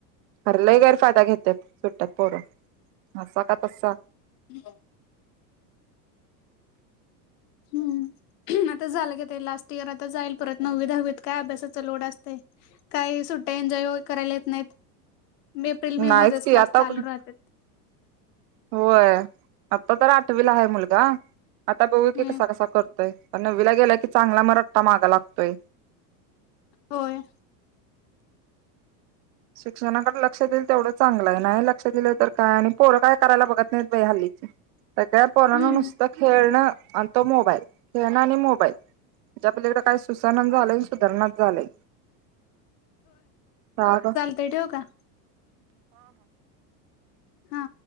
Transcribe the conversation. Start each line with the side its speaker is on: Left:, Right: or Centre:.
Right: खरं लय गैरफायदा घेतेत. सुट्ट्यात पोरं, असा का तसा?
Left: <unintelligible> हम्म आता झालं की आता ही लास्ट इयर आता जाईल परत नववी दहावीत काय अभ्यासाचा लोड असतंय, काय सुट्ट्या लय ओ करायला येत नाहीत, एप्रिल मे
Right: नाहीच
Left: मध्येच
Right: की
Left: क्लास
Right: आता
Left: चालू
Right: पण
Left: राहतेत.
Right: होय, आता तर आठवीला आहे मुलगा, आता बघू
Left: हम्म
Right: की कसा कसा करतोय. पण नववीला गेला की चांगला म रट्टा मागं लागतोय.
Left: होय.
Right: शिक्षणाकडे लक्ष देईल तेवढं चांगलं आहे, नाही लक्ष दिलं तर काय आणि पोरं काय करायला बघत नाहीत बाई हल्ली. सगळ्या पोरांना
Left: हम्म
Right: नुसतं खेळणं आणि तो मोबाईल, खेळणं आणि मोबाईल म्हणजे आपल्याकडं काय सु सुसान झालंय अन सुधरणा झालंय, का ग?
Left: ते ठेव का? हा